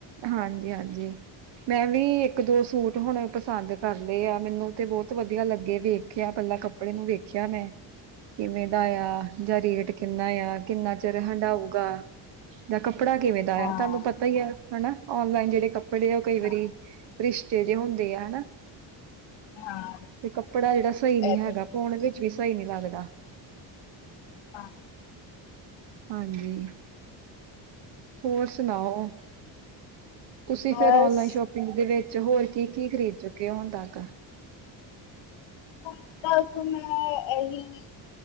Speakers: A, on the right; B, on the left.
A: ਹਾਂਜੀ-ਹਾਂਜੀ। ਮੈਂ ਵੀ ਇੱਕ-ਦੋ ਸੂਟ ਹੁਣ ਪਸੰਦ ਕਰ ਲਏ ਆ ਮੈਨੂੰ ਤੇ ਬਹੁਤ ਵਧੀਆ ਲੱਗੇ ਵੇਖਿਆ ਪਹਿਲਾਂ ਕੱਪੜ ਕੱਪੜੇ ਨੂੰ ਵੇਖਿਆ ਮੈਂ ਕਿਵੇਂ ਦਾ ਆ ਜਾਂ ਰੇਟ ਕਿੰਨਾ ਆ ਕਿੰਨਾ ਚਿਰ ਹੰਢਾਊਗਾ। ਉਦਾ ਕੱਪੜਾ ਕਿਵੇਂ ਦਾ ਆਯਾ,
B: ਹਾਂ
A: ਤੁਹਾਨੂੰ ਪਤਾ ਹੀ ਹੈ ਹਨਾ ਔਨਲਾਈਨ ਜਿਹੜੇ ਕੱਪ ਕੱਪੜੇ ਉਹ ਕਈ ਵਾਰੀ
B: ਹਾਂ
A: ਪਲਿਸ਼ਰ ਜਿਹੇ ਹੁੰਦੇ ਆ ਹਨਾ।
B: ਹਾਂ
A: ਤੇ ਕੱਪੜਾ ਜਿਹੜਾ ਸਹੀ ਨਹੀਂ
B: ਇਹ
A: ਹੈਗਾ
B: ਤੇ ਗੱਲ
A: ਪਾਉਣ ਵਿੱਚ ਵੀ ਸਹੀ ਨਹੀਂੀ ਲੱਗਦਾ।
B: ਆ।
A: ਹਾਂਜੀ, ਹੋਰ ਸੁਣਾਓ। ਤੁਸੀਂ
B: ਬਸ
A: ਫਿਰ ਔਨਲਾਈਨ ਸ਼ੋਪਿੰਗ ਦੇ ਵਿੱਚ ਹੋਰ ਕੀ-ਕੀ ਖਰੀਦ ਚੁੱਕੇ ਹੋ ਹੁਣ ਤੱਕ
B: ਹੁਣ ਤੱਕ ਮੈਂ ਇਹੀ